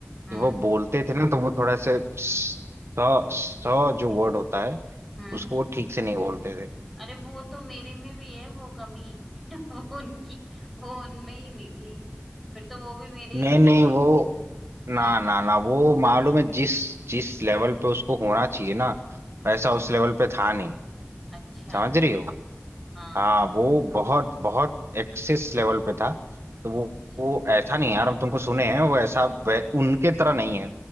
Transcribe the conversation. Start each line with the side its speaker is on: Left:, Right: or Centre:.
Centre: हम्म
Right: कि वो बोलते थे ना तो वो थोड़ा से स स स जो वर्ड होता है
Centre: हम्म
Right: उसको वो ठीक से नहीं बोलते थे
Centre: अरे वो तो मेरे में भी है वो कमी <laughs> वो उनकी वो उनमें ही नहीं थी फिर तो वो भी मेरे
Right: नहीं
Centre: ही दो
Right: नहीं वो ना
Centre: हाँ
Right: ना ना वो मालूम है जिस जिस लेवल पे उसको होना चाहिए ना वैसा उस लेवल पे था नहीं
Centre: अच्छा
Right: समझ रही हो
Centre: हाँ
Right: हाँ वो बहुत बहुत एक्सेस लेवल पे था तो वो
Centre: अच्छा
Right: वो ऐसा नहीं है यार हम तुमको सुने हैं वो ऐसा वै- उनके तरह नहीं है